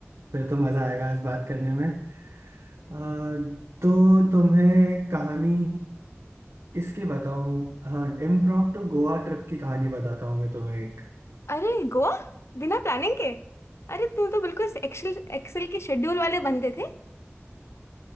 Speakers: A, on the right; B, on the left.
A: फिर तो मजा आएगा आज बात करने में अ, तो तुम्हें कहानी किसकी बताऊं हाँ इम्प्रॉम्प्टू गोवा ट्रिप की कहानी बताता हूँ मैं तुम्हें एक
B: अरे गोवा बिना प्लानिंग के अरे तू तो बिल्कुल एक्सेल एक्सेल के शेड्यूल वाले बंदे थे